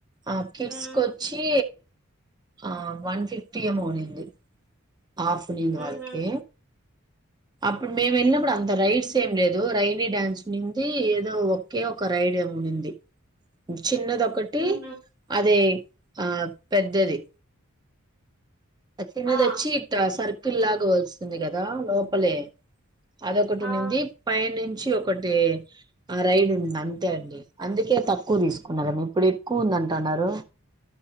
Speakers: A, on the right (about 20°); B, on the right (about 55°).
A: ఆ కిడ్స్
B: హ్మ్.
A: కొచ్చి ఆ వన్ పిప్పి ఏమో ఉనింది హాఫ్ ఉనింది
B: హుహు.
A: వాళ్ళకి అప్పుడు మేము వెళ్ళినప్పుడు అంత రైడ్స్ ఏం లేదు రైైని డాన్స్ ఉనింది ఏదో ఒకే ఒక రైడ్ ఏ ఉనింది చిన్నదొకటి
B: హుహు.
A: అదే ఆ పెద్దది చిన్నదొచ్చి
B: ఆ!
A: ఇట్టా సర్ కిల్లాగా వస్తుంది కదా లోపలే అదొకటునింది
B: ఆ!
A: పైనిం చి ఒకటి ఆ రైడ్ ఉంది అంతే అండి అందుకే తక్కువ తీసుకున్నారేమో ఇప్పుడెక్కువ ఉంది అంటాన్నారు